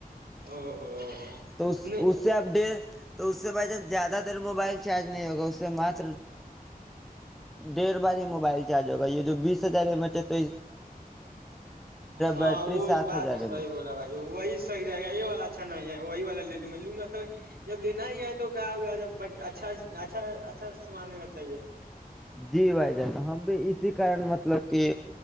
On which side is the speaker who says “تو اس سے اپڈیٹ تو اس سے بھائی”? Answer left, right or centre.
Centre